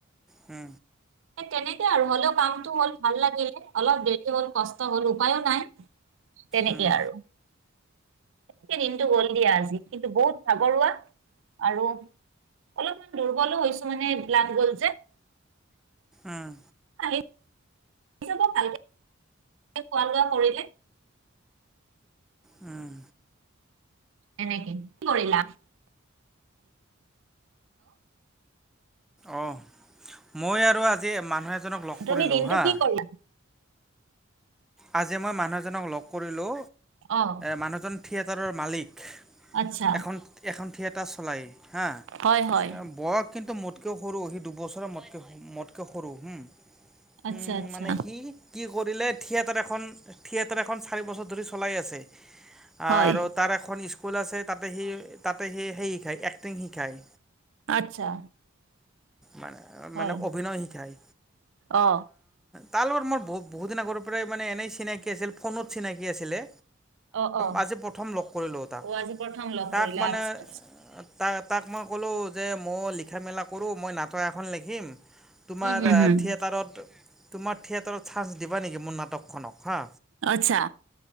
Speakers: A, in the centre; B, on the right (about 65°).
A: হু
B: তেনেকে আৰু হ'লেও কামটো হ'ল ভাল লাগিলে অলপ দেৰি হ'ল কষ্ট হ'ল উপায়ো নাই তেনেকেই
A: উম
B: আৰু সকে দিনটো গল দিয়া আজি কিন্তু বহুত ভাগৰুৱা আৰু অলপমান দুৰ্বলো হৈছো মানে লান গল যে
A: উম
B: আহ ফাল খোৱা লোৱা কৰিলে
A: উম
B: ক কি হেল্ল
A: অঁ মই আৰু আজি মানুহ এজনক লগ
B: তুমি
A: কৰিলোঁ
B: দিনটো
A: হা
B: কি কৰিলা
A: আজি মই মানুহজনক লগ কৰিলোঁ
B: অ
A: মানুহজন থিয়েটাৰৰ মালিক
B: আচ্ছা
A: এখন এখন থিয়েটাৰ চলাই হা
B: হয় হয়
A: ব কিন্তু মোতকেও সৰু সি দুবছৰে মোতকে মোতকৈ সৰু হম
B: আচ্ছা
A: উম
B: আচ্ছা
A: মানে সি কি কৰিলে থিয়েটাৰ এখন থিয়েটাৰ এখন চাৰি বছৰ ধৰি চলাই আছে
B: হয়
A: আৰু তাৰ এখন স্কুল আছে তাতে সি তাতে সি সেই শ খায় এক্টিং শিকায়
B: আচ্ছা
A: মানে মানে
B: হয়
A: অভিনয় শিকায়
B: অ
A: তালৰ মোৰ বহু বহুদিন আগৰ পৰাই মানে এনেই চিনাকি আছিল ফোনত চিনাকি আছিলে
B: অ অ
A: আজি প্ৰথম লগ কৰি লো তাক
B: অ আজি প্ৰথম লগ
A: তাক
B: কৰিলা
A: মানে
B: আচ্ছা আচ্ছা
A: তাক তাক মই ক'লোঁ যে মই লিখা মেলা কৰোঁ মই নাটক এখন লিখিম। তোমাৰ
B: উম হুম হুম
A: থিয়েটাৰত, তোমাৰ থিয়েটাৰত চান্স দিবা নেকি মোৰ নাটকখনক হা।
B: আচ্ছা।